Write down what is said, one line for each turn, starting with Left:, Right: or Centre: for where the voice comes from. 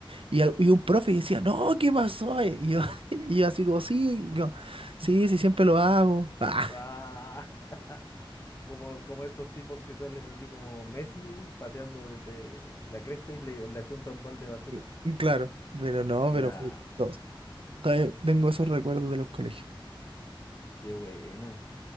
Right: y, al- y un profe decía, no, ¿qué pasó? Y yo,
Left: <laughs>
Right: <laughs> y yo así como, sí, y yo, sí, sí, siempre lo hago. Ah,
Left: Ah. <laughs> Como, como estos tipos que salen así como Messi eh, pateando desde la cresta y le, le achunta un balde de basura.
Right: <laughs> claro, pero no,
Left: Ya,
Right: pero fue todo. Todavía tengo esos recuerdos de los colegios.
Left: qué buena.